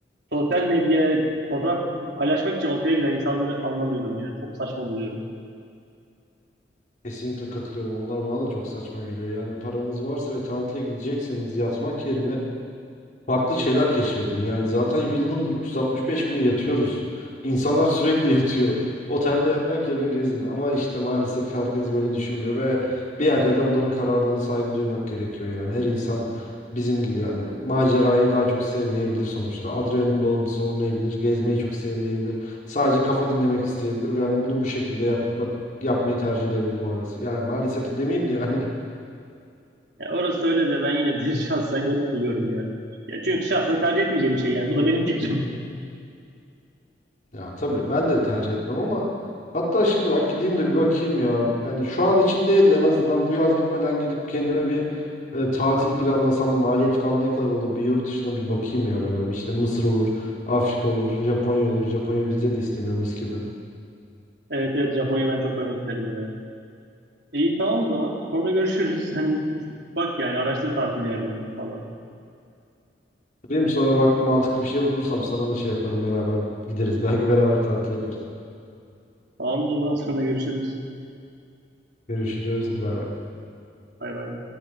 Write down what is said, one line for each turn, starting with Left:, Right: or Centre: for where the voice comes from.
Right: sosyal medyaya fotoğraf paylaşmak için otele giden insanları anlamıyorum ya. Çok saçma buluyorum.
Left: Kesinlikle katılıyorum. Onlar bana da çok saçma geliyor. Yani paranız varsa ve tatile gidecekseniz yatmak yerine farklı şeyler keşfedin. Yani zaten yılın 365 günü yatıyoruz. İnsanlar sürekli <laughs> yatıyor. Otelde yatmak yerine gezin. Ama işte maalesef herkes böyle düşünmüyor ve bir yerde de onların kararına da saygı duymak gerekiyor yani. Her insan bizim gibi yani macerayı daha çok sevmeyebilir sonuçta. Adrenalin bağımlısı olmayabilir, gezmeyi çok sevmeyebilir. Sadece kafa dinlemek isteyebilir ve yani bunu bu şekilde yapmak yapmayı tercih edebilir maalesef. Yani maalesef de demeyeyim de yani <laughs>
Right: Ya orası öyle de ben yine de <laughs> şahsen garip buluyorum yani. Ya çünkü şahsen tercih etmeyeceğim bir şey yani. Bu da benim fikrim. <laughs>
Left: Ya tabii ben de tercih etmem ama hatta şimdi bak gideyim de bir bakayım ya. Yani şu an için değil de en azından bu yaz bitmeden gidip kendime bir e, tatil planlasam maliyet falan ne kadar olur bir yurt dışına bir bakayım ya böyle işte Mısır olur, Afrika olur, Japonya olur. Japonya vize de istemiyor mis gibi.
Right: Evet evet Japonya'yı ben çok görmek isterim ya. İyi tamam o zaman. Sonra görüşürüz. <laughs> Sen bak yani araştır tatil yerlerini falan.
Left: Diyeyim sonra bak mantıklı bir şey bulursam sana da şey yaparım beraber gideriz. <laughs> Belki beraber tatil yaparız.
Right: Tamam o zaman sonra görüşürüz.
Left: Görüşürüz. Hadi bay bay.
Right: Bay bay.